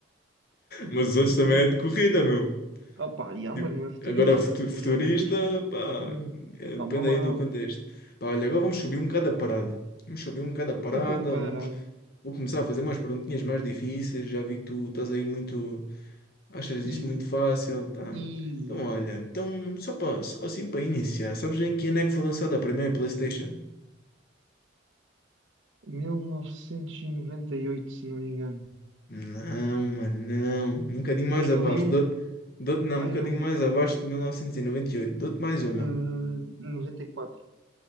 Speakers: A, on the right; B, on the left.
A: <laughs>
B: Mas os outros também é de corrida, meu.
A: Ah pá, yeah,
B: Tipo,
A: mas não é futurista.
B: agora futu-
A: Os
B: futurista,
A: outros.
B: pá,
A: yeah.
B: é,
A: Calma
B: depende aí do contexto.
A: lá.
B: Pá, olha, agora vamos subir um bocado a parada. Vamos subir um bocado a parada,
A: <laughs> Parado.
B: vamos... Vou começar a fazer umas perguntinhas mais difíceis. Já vi que tu estás aí muito Achas
A: Easy.
B: isso muito fácil? Tá.
A: Easy.
B: Então, olha, então, só, para só assim para iniciar, sabes em que ano é que foi lançada a primeira PlayStation?
A: 1998, se não me engano.
B: Não, mano, não. Um bocadinho mais
A: 2001.
B: abaixo. Dou-te, dou-te- não,
A: Ai
B: um bocadinho
A: não.
B: mais abaixo de 1998. Dou-te mais uma.
A: Hum, 94.